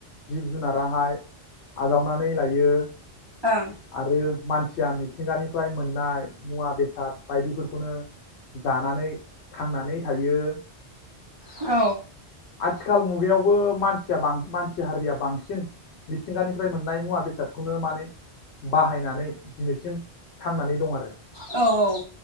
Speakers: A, on the left (about 75°); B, on the right (about 40°).
A: जिब जुनाराहाय आजावनानै लायो।
B: ओं
A: आरो मानसिया मिथिंगानिफ्राय मोननाय मुवा बेसाद बायदिफोरखौनो जानानै थांनानै थायो।
B: औ
A: आथिखाल मुगायावबो मान सिया बां मानसि हारिया बांसिन मिथिंगानिफ्राय मोननाय मुवा बेसादखौनो माने बाहायनानै दिनैसिम थांनानै दं आरो
B: औ औ